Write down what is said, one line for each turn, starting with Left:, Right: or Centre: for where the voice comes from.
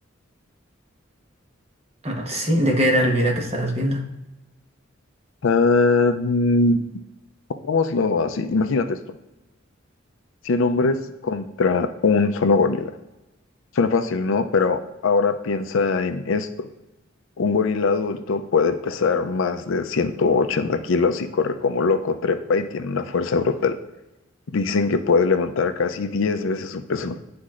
Right: Ah, sí, ¿de qué era el video que estabas viendo?
Left: Ah, mm, pongámoslo así, imagínate esto, 100 hombres contra un solo gorila. Suena fácil, ¿no? Pero ahora piensa en esto. Un gorila adulto puede pesar más de 180 kilos y corre como loco, trepa y tiene una fuerza brutal. Dicen que puede levantar casi 10 veces su peso.